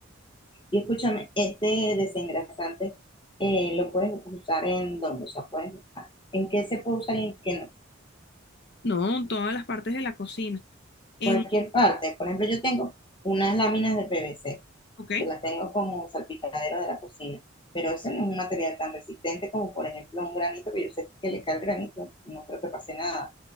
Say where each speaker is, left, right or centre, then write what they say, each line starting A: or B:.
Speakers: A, on the left; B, on the left.
A: Y escúchame, este desengrasante eh, lo puedes usar en dónde, o sea, puedes, en qué se puede usar y en qué no.
B: No, en todas las partes de la cocina. En,
A: Cualquier parte. Por ejemplo, yo tengo unas láminas de PVC
B: ok,
A: que las tengo como salpicadero de la cocina, pero ese no es un material tan resistente como, por ejemplo, un granito, que yo sé que le cae el granito, no creo que pase nada.